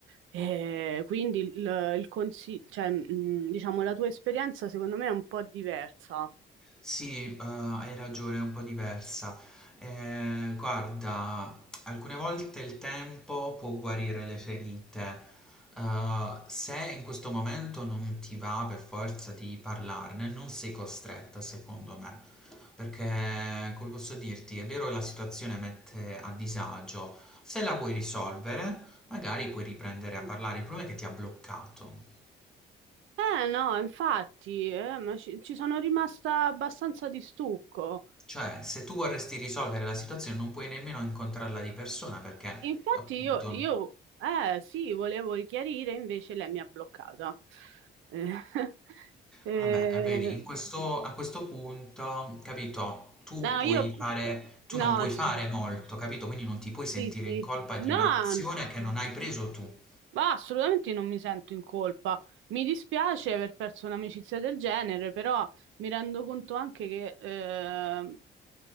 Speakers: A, on the right; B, in the centre.
A: E quindi il, il consi- cioè, mh, diciamo, la tua esperienza secondo me è un po' diversa.
B: Sì, eh, hai ragione, è un po' diversa. Eh, guarda, alcune volte il tempo può guarire le ferite. Eh, se in questo momento non ti va per forza di parlarne, non sei costretta, secondo me. Perché, come posso dirti, è vero che la situazione mette a disagio. Se la vuoi risolvere, magari puoi riprendere a parlare. Il problema è che ti ha bloccato.
A: Eh no, infatti, eh, ma ci, ci sono rimasta abbastanza di stucco.
B: Cioè, se tu vorresti risolvere la situazione non puoi nemmeno incontrarla di persona perché,
A: Infatti
B: appunto,
A: io, io eh, sì, volevo richiarire, invece lei mi ha bloccata. Eh, <laughs> eh,
B: vabbè, vedi, in questo- a questo punto, capito, tu
A: no,
B: puoi
A: io,
B: fare, tu
A: no,
B: non puoi fare
A: sì,
B: molto, capito? Quindi non ti puoi sentire
A: sì, sì.
B: in colpa
A: no,
B: di un'azione che non hai preso tu.
A: ma assolutamente non mi sento in colpa. Mi dispiace aver perso un'amicizia del genere, però mi rendo conto anche che, eh,